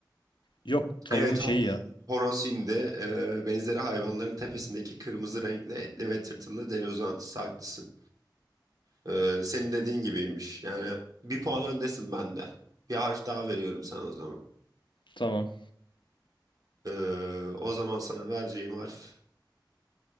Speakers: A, on the left; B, on the right.
A: Yok tavuğun
B: Evet
A: şeyi
B: ho
A: ya.
B: horoz hindi. E, benzeri hayvanların tepesindeki kırmızı renkli etli ve tırtılı deri uzantısı. Haklısın. E, senin dediğin gibiymiş. Yani bir puan öndesin bende. Bir harf daha veriyorum sana o zaman.
A: Tamam.
B: Ee, o zaman sana vereceğim harf